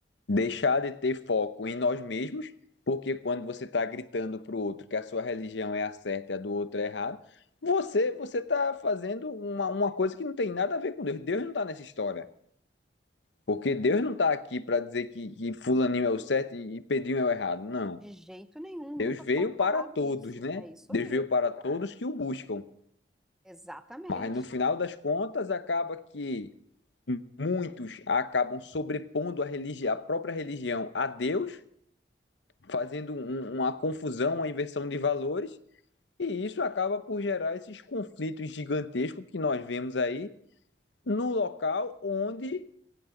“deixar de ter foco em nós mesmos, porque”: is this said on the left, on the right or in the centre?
Left